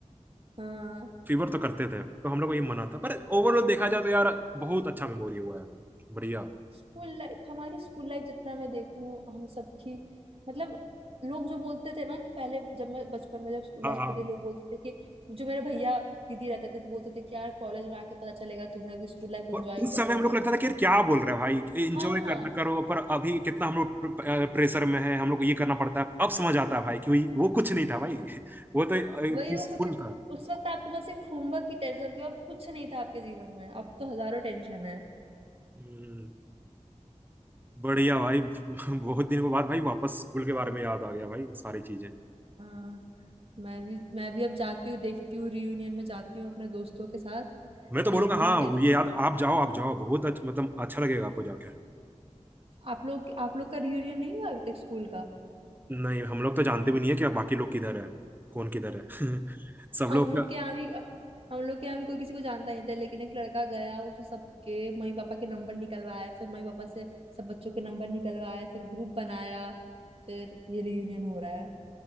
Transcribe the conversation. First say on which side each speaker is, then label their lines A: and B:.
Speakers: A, on the right (about 50°); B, on the right (about 15°).
A: हाँ
B: फीवर तो करते थे तो हम लोग को ये मना था पर ओवरऑल देखा जाए तो यार बहुत अच्छा मेमोरी हुआ है बढ़िया
A: स्कूल लाइफ हमारी स्कूल लाइफ जितना मैं देखूं हम सबकी मतलब लोग जो बोलते थे ना कि पहले जब मैं बचपन में जब स्कूल
B: हाँ
A: लाइफ
B: हाँ
A: पे थे लोग बोलते थे कि जो मेरे भैया दीदी रहते थे तो बोलते थे कि यार कॉलेज में आके पता चलेगा तुम्हें अभी स्कूल लाइफ एंजॉय
B: और उस
A: करो
B: समय हम लोग को लगता था कि यार क्या बोल रहे हैं भाई एंजॉय
A: हाँ
B: करना करो पर अभी कितना हम लोग प्रेशर में है हम लोग को ये करना पड़ता है अब समझ आता है भाई कि वही- वो कुछ नहीं था भाई <laughs> वो तो
A: वही
B: पीसफुल
A: वो कुछ
B: था
A: उस वक्त आपको बस एक होमवर्क की टेंशन थी और कुछ नहीं था आपके जीवन में अब तो हजारों टेंशन है
B: हम्म, बढ़िया भाई <laughs> बहुत दिन के बाद भाई वापस स्कूल के बारे में याद आ गया भाई सारी चीजें
A: हाँ मैं भी मैं भी अब जाती हूँ देखती हूँ रियूनियन में जाती हूँ अपने दोस्तों के साथ
B: मैं तो बोलूंगा
A: देखती
B: हाँ
A: हूँ कैसा
B: ये याद आप जाओ आप जाओ बहुत अच्छा मतलब अच्छा लगेगा आपको जाके
A: आप लोग आप लोग का रियूनियन नहीं हुआ अभी तक स्कूल का
B: नहीं हम लोग तो जानते भी नहीं है कि बाकी लोग किधर है कौन किधर है <laughs> सब
A: हम
B: लोग
A: लोग
B: का
A: के यहाँ भी हम लोग के यहाँ भी कोई किसी को जानता नहीं था लेकिन एक लड़का गया उसने सबके मम्मी पापा के नंबर निकलवाए फिर मम्मी पापा से सब बच्चों के नंबर निकलवाए फिर ग्रुप बनाया फिर ये रियूनियन हो रहा है